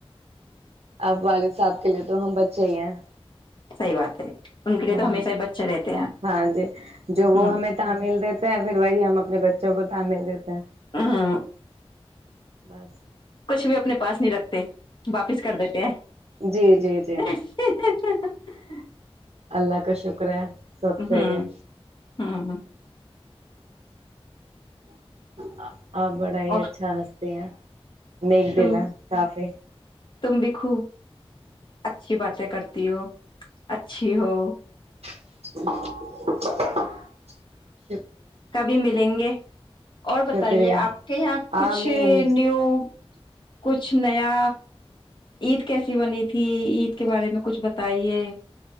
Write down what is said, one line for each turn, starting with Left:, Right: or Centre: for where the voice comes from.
Right: اپ والد صاحب کے لیے تو ہم بچے ہی ہیں
Left: صحیح بات ہے ان کے لیے
Right: ہوں
Left: تو ہمیشہ ہی بچے رہتے ہیں
Right: ہاں جی جو
Left: ہ
Right: وہ ہمیں تعمل دیتے ہیں پھر وہی ہم اپنے بچوں کو تعمل دیتے ہیں
Left: ہ
Right: بس
Left: کچھ بھی اپنے پاس نہیں رکھتے واپس کر دیتے ہیں
Right: جی جی جی
Left: <unintelligible>
Right: اللہ کا شکر ہے سب
Left: ہاں
Right: صحیح ہے
Left: ہاں
Right: ہاں آپ بڑا ہی
Left: اور
Right: اچھا ہنستے ہیں میک دلا
Left: تم
Right: کافی
Left: تم بھی خوب اچھی باتیں کرتی ہو اچھی ہو
Right: <inaudible>
Left: کبھی ملیں گے اور بتائیے
Right: شکریہ
Left: آپ کے یہاں کچھ
Right: آمین
Left: نیو کچھ نیا عید کیسی بنی تھی عید کے بارے میں کچھ بتائیے